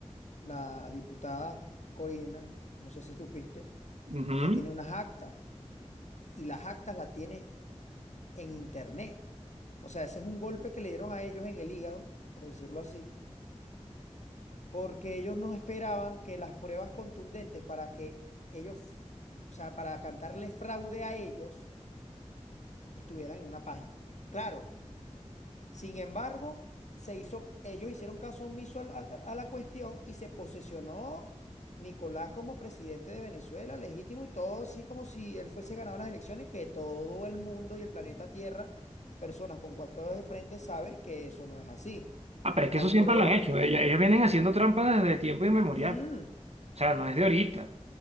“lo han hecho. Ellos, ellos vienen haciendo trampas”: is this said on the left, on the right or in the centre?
Right